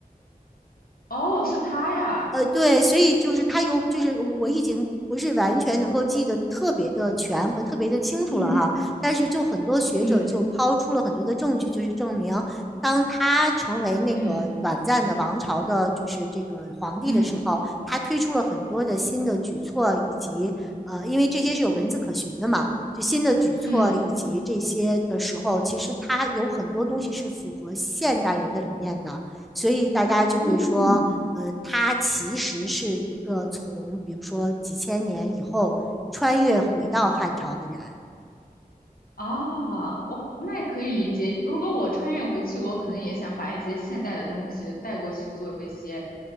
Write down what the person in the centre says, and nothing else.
呃，对，所以就是他有，就是我已经不是完全能够记得特别的全和特别的清楚了哈，
但是就很多学者就抛出了很多的证据，
就是证明，当他成为那个短暂的王朝的，
就是这个皇帝的时候，
他推出了很多的新的举措，以及呃，因为这些是有文字可循的嘛，就新的举措以及这些的时候，
其实他有很多东西是符合现代人的理念的。所以大家就会说，
呃，他其实是一个从比如说几千年以后穿越回到汉朝的人。